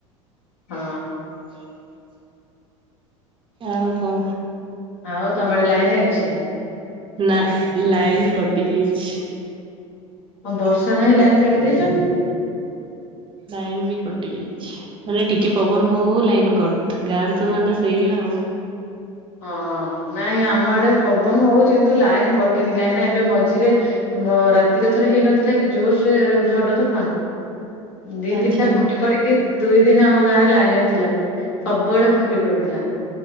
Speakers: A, on the left (about 55°); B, on the right (about 30°).
A: ହଁ।
B: <unintelligible> ଆଉ କଣ?
A: ଆଉ ତମ ଆଡ଼େ ଲାଇନ ଅଛି?
B: ନା ଲାଇନ୍ କଟି ଯାଇଛି।
A: କଣ ବର୍ଷା ନାହିଁ ଲାଇନ୍ କାଟି ଦେଇଛନ୍ତି।
B: ଲାଇନ୍ ବି କଟି ଯାଇଛି। ମାନେ ଟିକେ ପବନ ହଉ ହଉ ଲାଇନ କଟ ଗାଁ ତ ମାନେ ସେଇଆ ଆଉ।
A: ହଁ ନାଇଁ ଆମ ଆଡେ ପବନ ହଉଛି କିନ୍ତୁ ଲାଇନ କଟିନି କାହିଁକି ଏବେ ମଝିରେ ରାତିରେ ଥରେ ହେଇନଥିଲା କି ଜୋରସେ ଝଡ ତୋଫାନ ଦି
B: ଆଚ୍ଛା
A: ତିନିଟା ଖୁଣ୍ଟି ପଡିି କି ଦୁଇ ଦିନ ଆମ ଗାଁ ରେ ଲାଇନ ଆସିଲାନି ସବୁଆଡେ ଖୁଣ୍ଟି ପଡିଥିଲା।